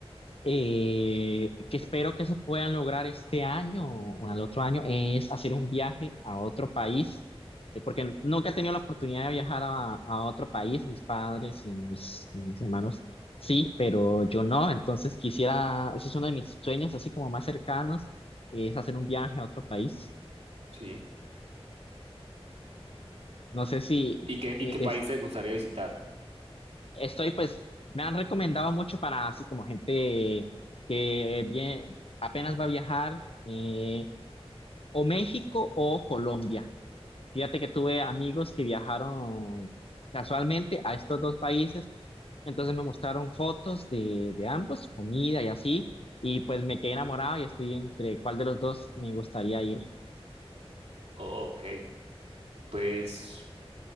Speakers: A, on the left (about 65°); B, on the right (about 75°).
A: eh, que espero que se puedan lograr este año o al otro año, es hacer un viaje a otro país, eh, porque nunca he tenido la oportunidad de viajar a, a otro país, mis padres y mis, y mis hermanos sí, pero yo no, entonces quisiera, ese es uno de mis sueños así como más cercanos, es hacer un viaje a otro país.
B: Sí.
A: No sé si
B: ¿Y qué, y
A: eh,
B: qué país
A: es-
B: te gustaría visitar?
A: estoy pues, me han recomendado mucho para así como gente que bien, apenas va a viajar. eh, o México o Colombia. Fíjate que tuve amigos que viajaron casualmente a estos dos países, entonces me mostraron fotos de, de ambos, comida y así, y pues me quedé enamorado y estoy entre cuál de los dos me gustaría ir.
B: Oh, ok. Pues,